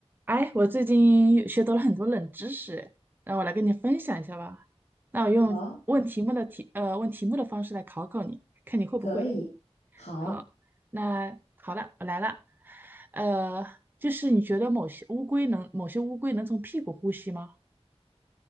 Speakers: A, on the right (about 20°); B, on the left (about 85°).
A: 哎，我最近学到了很多冷知识，那我来跟你分享一下吧。那我用问题目的题，
B: 好，
A: 呃，问题目的方式来考考你，看你会不会。
B: 可以，好，
A: 好，那好了，我来了。呃，就是你觉得某些乌龟能，某些乌龟能从屁股呼吸吗？